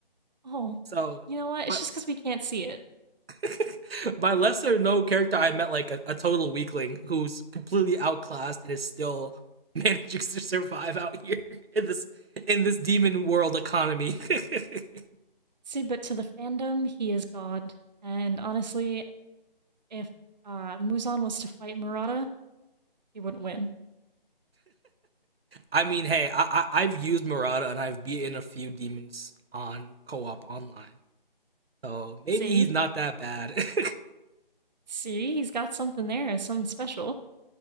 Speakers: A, on the right; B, on the right.
A: Oh,
B: So,
A: you know what? It's
B: but
A: just because we can't see it.
B: <laughs> by lesser known character, I met like a, a total weakling who's completely outclassed and is still <laughs> managing to survive out here in this in this demon world economy. <laughs>
A: See, but to the fandom, he is God. And honestly, if uh, Muzan was to fight Murata, he wouldn't win.
B: I mean, hey, I, I I've used Murata and I've beaten a few demons on co-op online So maybe
A: See?
B: he's not that bad. <laughs>
A: See? He's got something there, something special.